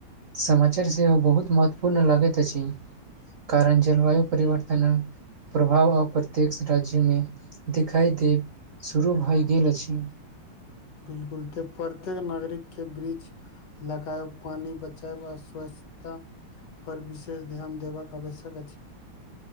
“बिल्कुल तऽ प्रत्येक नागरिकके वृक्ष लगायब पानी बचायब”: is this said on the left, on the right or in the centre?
Left